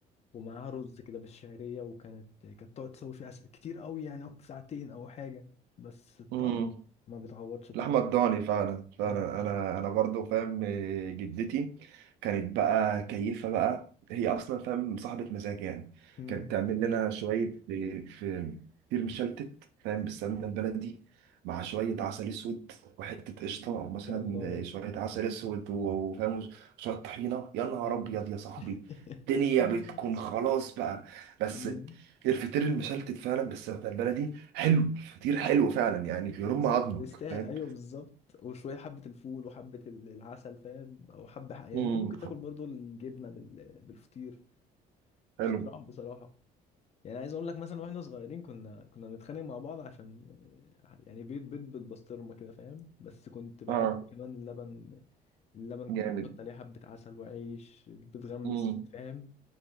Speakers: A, on the left; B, on the right.
A: ومعاها رز كده بالشعرية وكانت كانت تقعد تسوي فيه عسل كتير قوي يعني أو ساعتين أو حاجة بس الطعم
B: امم
A: ما بيتعوضش بصراحة
B: لحمة الضاني فعلا فعلا
A: مم.
B: انا انا برضو فاهم آه، جدتي كانت بقى كيفة بقى هي اصلا فاهم صاحبة مزاج يعني
A: مم.
B: كانت تعمل لنا شوية آه، في كتير مشلتت فاهم بالسمنة البلدي مع شوية عسل اسود وحتة قشطة او مثلا
A: يلا
B: آه، شوية عسل اسود و- وفاهم شوية طحينة يا نهار
A: مم.
B: ابيض يا صاحبي
A: <laughs>
B: الدنيا بتكون خلاص بقى بس
A: مم.
B: الفطير المشلتت فعلا بالسمنة البلدي حلو فطير حلو فعلا يعني يرم عظمك
A: يعني هو يستاهل
B: فاهم
A: أيوه بالظبط وشوية حبة الفول وحبة ال- العسل فاهم أو حبة ح- يعني
B: امم
A: أنت ممكن تاكل برضو الجبنة بال- بالفطير
B: حلو
A: اختراع بصراحة يعني عايز اقول لك مثلا واحنا صغيرين كنا كنا نتخانق مع بعض عشان آه، يعني بيض بيض بالبسطرمه كده فاهم بس كنت بحب
B: اه
A: كمان اللبن اللبن
B: جامد
A: كنت بحط عليه حبه عسل وعيش بتغمس
B: امم
A: فيه فاهم